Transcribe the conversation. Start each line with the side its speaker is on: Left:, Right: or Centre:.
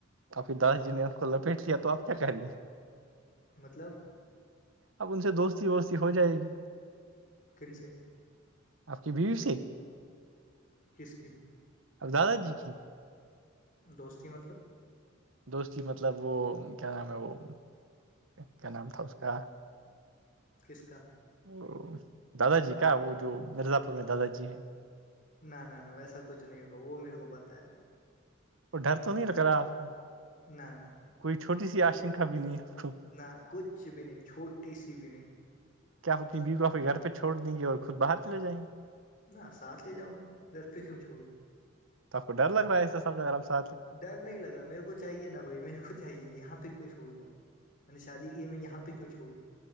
Right: آپنی دادا جی نے ان کو لپیٹ لیا تو آپ کیا کریںیے
Left: مطلب
Right: اب ان سے دوستی ووستی ہو جائے گی
Left: کن سے
Right: آپ کی بیوی سی
Left: کس کیو
Right: اور دادا جی کی <unintelligible>
Left: دوستی مطلب
Right: دوستی مطلب وہ کیا نام ہے وہ کیا نام تھا اس کا <inaudible>
Left: کس کا
Right: وہ دادا جی کا وہ جو مرزا پور میں دادا جی ہیں
Left: نہ نہ نہ ویسا کچھ نہیں ہوگا وہ میرے کو پتا ہے
Right: اور ڈر تو نہیں لگ رہا آپ کو
Left: نہ نہ
Right: کوئی چھوٹی سی
Left: وہ
Right: آشنکا بھی نہیں آپ کو
Left: نہ کچھ بھی نہیں چھوٹی سی بھی نہیں
Right: کیا آپ اپنی بیو کو آ کے گھر پہ چوڑ دیں گے اور خود باہر چے جائیں گے
Left: نہ سات لے جاؤں گا گھر پھر کیوں چھوڑو
Right: آب کو ڈر لگ رہا ہے سب کا سھ
Left: ڈر نہیں لگ رہا میرے کو چاہیے نا بھائی میرے کو چاہیے یہاں پہ کیوں چھوڑوں گا میں نے شادی کی میں یہاں پہ کیوں چھوڑوں